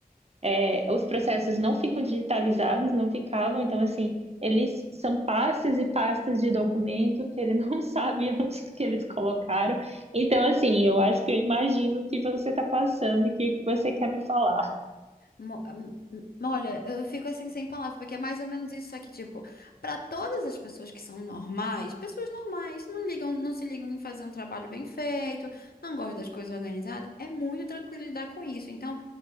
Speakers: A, on the right (about 40°); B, on the left (about 75°).
A: É, os processos não ficam digitalizados, não ficavam, então assim, eles são pastas e pastas de documento que ele <laughs> não sabe onde que eles colocaram. Então, assim, eu acho que eu imagino o que você está passando e o que, que você quer me falar.
B: Mo- hum, hum, Olha, eu fico assim sem palavras, porque é mais ou menos isso, só que, tipo, pra todas as pessoas que são normais, pessoas normais não ligam, não se ligam em fazer um trabalho bem feito, não gostam das coisas organizadas, é muito tranquilo lidar com isso. Então,